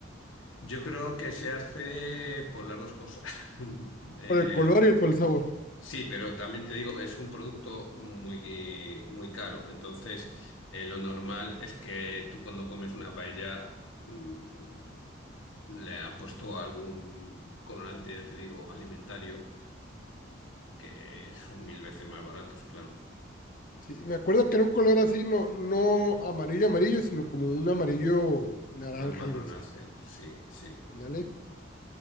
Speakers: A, on the left; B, on the left.
A: Yo creo que se hace por las dos cosas. <laughs> Eh,
B: Por el color
A: aporta.
B: y por el sabor.
A: Sí, pero también te digo, es un producto muy, muy caro. Entonces, eh, lo normal es que tú cuando comes una paella, mm, le han puesto algún colorante, ya te digo, alimentario, que son mil veces más baratos, claro.
B: Sí, me acuerdo que era un color así, no, no amarillo, amarillo, sino como un amarillo naranja,
A: Más marronáceo,
B: algo así.
A: sí, sí.
B: Ándale.